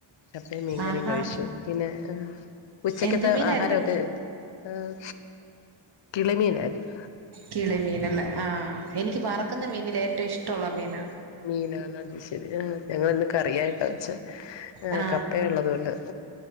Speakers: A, on the left; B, on the right.
A: കപ്പയും മീൻകറിയും
B: ആഹാ
A: കഴിച്ചു പിന്നെ ഉച്ചക്കത്തെ
B: എന്ത് മീനായിരുന്നു
A: ആഹാരമൊക്കെ ആഹ് കിളിമീനായിരുന്നു
B: കിളി മീനല്ലേ ആഹ് എനിക്ക് വറക്കുന്ന മീനിൽ ഏറ്റവും ഇഷ്ടമുള്ള മീന
A: മീനണ അത് ശരി ആഹ് ഞങ്ങന്ന് കറിയായിട്ടാ വെച്ച ആഹ്
B: ആ
A: കപ്പയ ഉള്ളത കൊണ്ട്